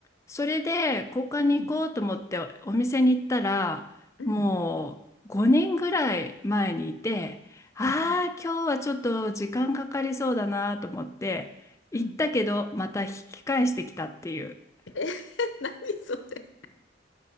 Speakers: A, on the left (about 15°); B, on the left (about 75°).
A: それで交換に行こうと思ってお店に行ったら、
B: うんうんうん
A: もう5年ぐらい前にいて、ああ、
B: うん
A: 今日はちょっと時間かかりそうだなと思って、行ったけど、
B: うんうん
A: また引き返してきたっていう。
B: え <laughs> 何それ